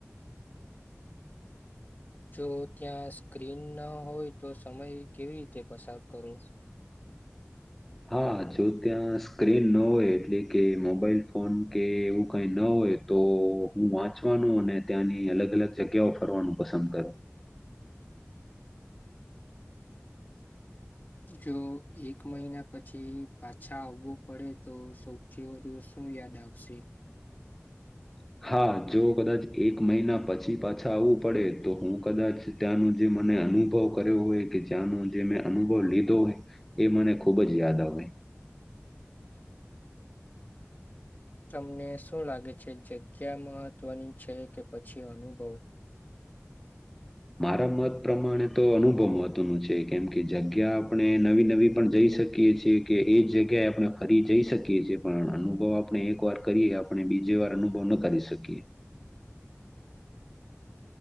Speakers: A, on the left (about 40°); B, in the centre.
A: જો ત્યાં સ્ક્રીન ન હોય તો સમય કેવી રીતે પસાર કરો?
B: હા જો ત્યાં સ્ક્રીન ન હોય એટલે કે મોબાઈલ ફોન કે એવું કઈ ન હોય હોય તો હું વાંચવાનું અને ત્યાંની અલગ અલગ જગ્યાઓ ફરવાનું પસંદ કરું. <unintelligible>
A: જો એક મહિના પછી પાછા આવવું પડે તો સૌથી વધુ શું શું યાદ આવશે?
B: <unintelligible> હા જો કદાચ એક મહિના પછી પાછા આવવું પડે તો હું કદાચ ત્યાંનું જે મને અનુભવ કર્યો હોય કે જ્યાં નો જે મેં અનુભવ લીધો હોય એ મને ખૂબ જ યાદ આવે.
A: તમને શું લાગે છે જગ્યા મહત્ત્વની છે કે પછી અનુભવ?
B: મારા મત પ્રમાણે તો અનુભવ મહત્વનું છે કેમ કે જગ્યા આપણે નવી નવી પણ જઈ શકીએ છીએ કે એ જગ્યાએ આપણે ફરી જઈ શકીએ છીએ પણ અનુભવ આપણે એક વાર કરીએ આપણે બીજે વાર અનુભવ ન કરી શકીએ.